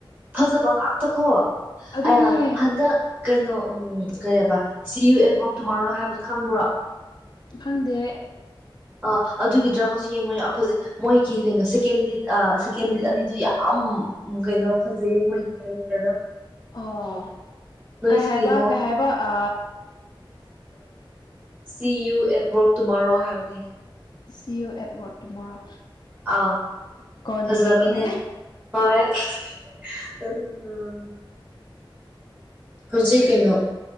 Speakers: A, on the right; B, on the left.
A: ꯐꯖꯕ ꯉꯥꯛꯇꯀꯣ
B: ꯑꯗꯨꯅꯦ
A: ꯑꯌꯥ ꯍꯟꯗꯛ ꯀꯩꯅꯣ ꯎꯝ ꯀꯩꯕ ꯁꯤ ꯌꯨ ꯑꯦꯗꯋꯣꯛ ꯇꯨꯃꯣꯔꯣ ꯍꯥꯏꯕꯗꯨꯣ ꯈꯪꯕ꯭ꯔꯣ
B: ꯈꯪꯗꯦ
A: ꯑ ꯑꯗꯨꯒꯤ ꯗ꯭ꯔꯃꯥꯁꯨ ꯌꯦꯡꯉꯣ ꯌꯥꯝ ꯐꯖꯩ ꯃꯣꯏꯒꯤ ꯀꯩꯅꯣ ꯁꯦꯀꯦꯟ ꯂꯤꯠ ꯁꯦꯀꯦꯟ ꯂꯤꯠ ꯑꯅꯤꯗꯨ ꯌꯥꯝ ꯎ ꯀꯩꯅꯣ ꯐꯖꯏ ꯃꯣꯏ ꯀꯦꯔꯦꯛꯇꯔꯗꯣ
B: ꯑꯣ
A: ꯅꯣꯏꯁꯨ
B: ꯀꯩ ꯍꯥꯏꯕ
A: ꯌꯦꯡꯉꯣ
B: ꯀꯩ ꯍꯥꯏꯕ ꯑ
A: ꯁꯤ ꯌꯨ ꯑꯦꯠꯋꯔꯛ ꯇꯨꯃꯣꯔꯣ ꯍꯥꯏꯕꯅꯦ
B: ꯁꯤꯌꯣ ꯑꯦꯠꯋꯔꯛꯇꯨꯃꯣꯔꯣ
A: ꯑꯥ
B: ꯀꯣꯟꯅ
A: ꯐꯖꯕꯅꯦ
B: ꯌꯦꯡꯉꯦ
A: ꯍꯣꯏ <unintelligible> ꯍꯧꯖꯤꯛ ꯀꯩꯅꯣ